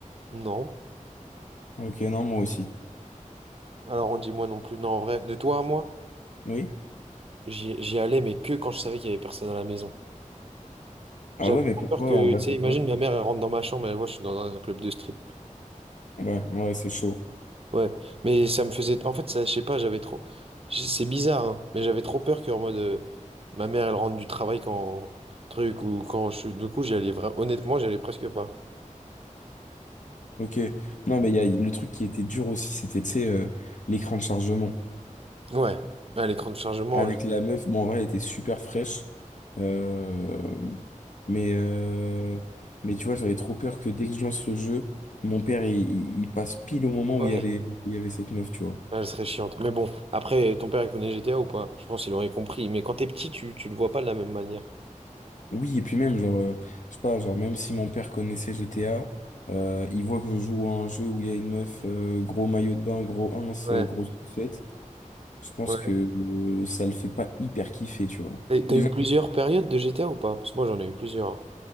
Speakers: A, on the right; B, on the left.
A: Non.
B: Ok, non, moi aussi.
A: Alors on dit moi non plus. Non, en vrai, de toi à moi,
B: Oui?
A: j'y j'y allais, mais que quand je savais qu'il y avait personne à la maison.
B: Ah
A: J'avais
B: ouais, mais
A: trop
B: pourquoi
A: peur que,
B: en vrai,
A: tu sais,
B: pourquoi?
A: imagine ma mère, elle rentre dans ma chambre, elle voit, je suis dans un club de strip.
B: Ouais, ouais, c'est chaud.
A: Ouais, mais ça me faisait. En fait, ça, je sais pas, j'avais trop. j- C'est bizarre, hein, mais j'avais trop peur qu'en mode. euh, ma mère, elle rentre du travail quand. Truc, ou quand je suis. Du coup, j'y allais vra- Honnêtement, j'y allais presque pas.
B: Ok. Non, mais il y a le truc qui était dur aussi, c'était, tu sais, euh, l'écran de chargement.
A: Ouais, à l'écran de chargement,
B: Avec
A: je-
B: la meuf, bon, en vrai, elle était super fraîche. Euh, Mais, euh, mais tu vois, j'avais trop peur que dès que je lance le jeu, mon père, il, il- il passe pile au moment
A: ouais,
B: où il y avait, où il y avait cette meuf, tu vois.
A: elle serait chiante. Mais bon, après, ton père, il connaît GTA ou pas? Je pense qu'il aurait compris. Mais quand t'es petit, tu, tu le vois pas de la même manière.
B: Oui, et puis même, genre, euh, je sais pas, genre, même si mon père connaissait GTA, euh, il voit que je joue à un jeu où il y a une meuf, euh, gros maillot de bain, gros ins,
A: Ouais,
B: euh, grosse sucette, je pense
A: ouais.
B: que euh, ça le fait pas hyper kiffer, tu vois.
A: Et T'as
B: Déjà
A: eu plusieurs
B: que
A: périodes de GTA ou pas? Parce que moi, j'en ai eu plusieurs.